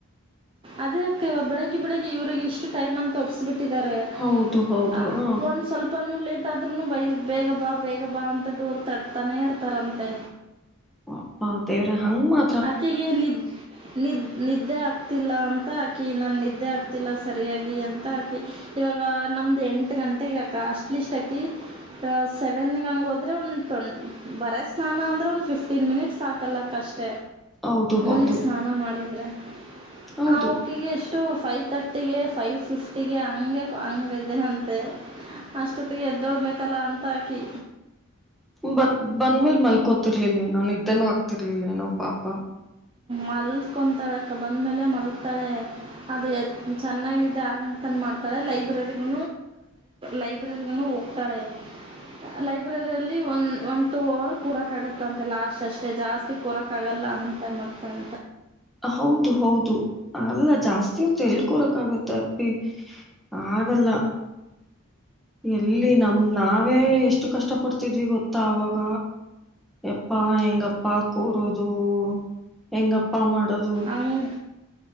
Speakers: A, on the right; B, in the centre.
A: ಅದೇ ಅಕ್ಕ ಬೆಳಿಗ್ಗೆ ಬೆಳಿಗ್ಗೆ ಇವ್ರ ಇಷ್ಟು ಟೈಮ್ ಅಂತ ಒಪ್ಸ್ಬಿಟ್ಟು ಬಿಟ್ಟಿದ್ದಾರೆ
B: ಹೌದು ಹೌದು
A: ಆ
B: ಹ
A: ಒಂದು ಸ್ವಲ್ಪನೂ ಲೇಟ ಆದ್ರೂ ಬೈ ಬೇಗ ಬಾ ಬೇಗ ಬಾ ಅಂತ ಡೂರು ತಡ್ತಾನೇ ಇರ್ತಾರಂತೆ
B: ಪಾಪ್ಪ ದೇವ್ರ ಹಂಗ ಮಾ
A: ಆಕೆಗ ಹೆ ನೀದೆ ನಿದೆ ನಿದ್ದೆ ಆಗ್ತಿಲ್ಲ ಅಂತ ಹಾಕಿ ನಾನ ನಿದ್ದೆ ಆಗ್ತಿಲ್ಲ ಸರಿಯಾಗಿ ಅಂತ ಹಾಕಿ ಇವಾಗ ನಮ್ದು ಎಂಟು ಗಂಟೆಗೆ ಅಕ್ಕಾ ಅಸ್ಟ್ ಲಿಸ್ಟ್ ಅಕಿ ಸೆವೆನ್ ಹಂಗ ಹೋದ್ರೆ ಒಂದು ಬರೆ ಸ್ನಾನ ಅಂದ್ರೆ ಒಂದ ಫಿಫ್ಟೀನ್ ಮಿನಿಟ್ಸ್ ಸಕಲಕ್ಕಾ ಅಷ್ಟೆ ಅಷ್ಟ
B: ಹೌದು ಹೌದು
A: ಓನ್ಲಿ ಸ್ನಾನ ಮಾಡಿದ್ರೆ
B: ಹೌದು
A: ಆ ಕಿಗೆ ಎಷ್ಟು ಟು ಪೈ ತರ್ಟಿಗೆ ಫೈ್ ಫಿಫ್ಟಿಗೆ ಹಂಗೆ ಹಂಗ್ದೆ ಅಂತೆ ಅಷ್ಟೊತ್ತಿಗೆ ಎದ್ದೋಗಬೇಕಲ್ಲ ಅಂತ ಅಕ್ಕಿ
B: ಬಂದ ಬಂದ್ಮೇಲೆ ಮಲ್ಕೋತಿರ್ಲಿಲ್ವೇನೋ ನಿದ್ದೆನೂ ಆಗ್ತಿರ್ಲಿಲ್ವೇನೋ ಪಾಪ
A: ಮಲ್ಕೊತಾಳಕ್ಕ ಬಂದ್ಮೇಲೆ ಮಲಗ್ತಾಳೆ ಅದು ಚೆನ್ನಾಗಿ ನಿದ್ದೆ ಆರು ಘಂಟೆತನ ಮಾಡ್ತಾಳೆ ಲೈಬ್ರರಿಗೈ ಲೈಬ್ರರಿಗೂ ಹೋಗ್ತಾಳೆ ಲೈಬ್ರರಿಯಲ್ಲಿ ಒನ್ ಒನ್ ಟೂ ಅವರ್ ಕೂರಕ ಆಗುತ್ತಂತೆ ಲಾಸ್ ಅಷ್ಟೇ ಜಾಸ್ತಿ ಜಾಸ್ತಿ ಕೂರಕ್ಕೆ ಆಗಲ್ಲ ಅಂತ ಮತ್ತ ಅ
B: ಹೌದು ಹೌದು ಅಲ್ಲ ಜಾಸ್ತಿ ಹೊತ್ತು ಎಲ್ಲಿ ಕೂರಕ್ಕೆ ಆಗುತ್ತೆ ಅಪ್ಪಿ ಆಗಲ್ಲ ಎಲ್ಲಿ ನಮ ನಾವೇ ಎಷ್ಟು ಕಷ್ಟ ಪಡ್ತಿದ್ವಿ ಗೊತ್ತ ಆವಾಗ ಯಪ್ಪಾ ಹೆಂಗಪ್ಪ ಕೂರೋದು ಹೆಂಗಪ್ಪ ಮಾಡೋದು
A: ಅಂಗ